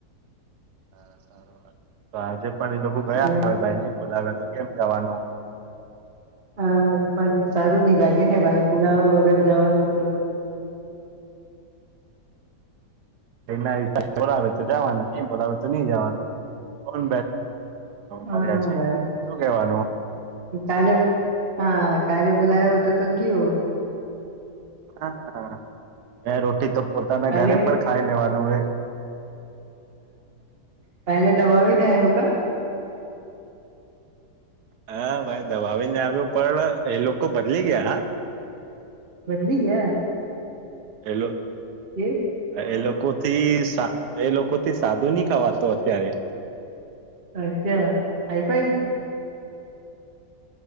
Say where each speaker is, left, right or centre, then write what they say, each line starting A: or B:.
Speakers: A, on the right; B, on the right.
A: હા. સારું વાત તો આજે <unintelligible> પણ એ લોકો ગયા
B: સ્નેપ
A: આવે ભાઈ નઈ બોલાવે તો કેમ જવાનું?
B: હા એ પણ સારું નહ લાગે ને ભાઈ બુલાવા વગર જવાનું તો
A: એના બોલાવે તો જવાનું નહી બોલાવે તો નહી જવાનું. કોણ
B: હા
A: મર્યા છે
B: ભાઈ
A: શું કેવાનું?
B: કાલે હા કાલે બુલાવ હો તો તો ગીયો.
A: હા. બે રોટી તો પોતાના
B: કાલે
A: ઘરે પણ ખાઈ લેવાનું હો
B: કાલે દબાવીને આવ્યો કા
A: હા ભાઈ. દબાવીને આવ્યો પણ એ લોકો બદલી ગયા હા
B: બદલી ગયા?
A: એ
B: કે
A: એ લોકો થી એ લોકો થી સાદું ન ખાવાતો અત્યારે
B: અચ્છા હઈફાઈ